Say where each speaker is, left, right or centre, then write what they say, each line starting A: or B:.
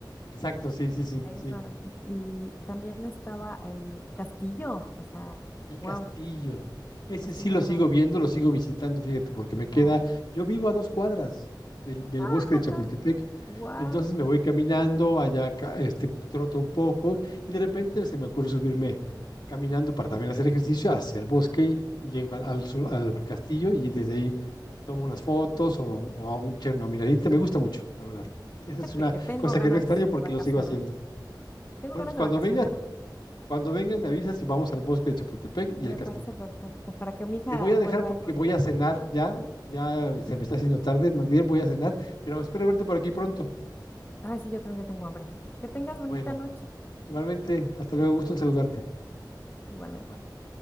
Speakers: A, on the left (about 70°); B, on the left (about 30°).
A: Exacto, sí, sí,
B: y
A: sí,
B: Ahí
A: sí.
B: estaban las- y también estaba el castillo, o sea,
A: El castillo.
B: wow,
A: Ese
B: el castillo
A: sí lo
B: era,
A: sigo viendo, lo sigo visitando, fíjate, porque me queda,
B: oh,
A: yo vivo a dos cuadras del, del
B: <laughs>
A: bosque de Chapultepec,
B: wow.
A: entonces me voy caminando, allá ca- este, troto un poco y de repente se me ocurre subirme caminando para también hacer ejercicio hacia el bosque y, y llego al, al sur- al castillo y desde ahí tomo unas fotos o, o hago un, che- una miradita, me gusta mucho, la verdad. Esa es
B: Fíjate
A: una
B: que tengo
A: cosa
B: ganas
A: que no extraño porque
B: de vacacionar.
A: lo sigo haciendo.
B: Tengo
A: Bueno,
B: ganas
A: pues cuando
B: de vacacionar.
A: vengas, cuando vengas me avisas y vamos al bosque de Chapultepec y
B: Me
A: al castillo.
B: parece perfecto para que mi hija
A: Te voy a
B: vuelva
A: dejar porque
B: ahí porque
A: voy
B: sí.
A: a cenar ya. Ya se me está haciendo tarde, Magdiel, voy a cenar, pero espero verte por aquí pronto.
B: Ay, sí, yo también ya tengo hambre. Que tengas bonita
A: Bueno,
B: noche.
A: igualmente, hasta luego, gusto en saludarte.
B: Igualmente.
A: Bye.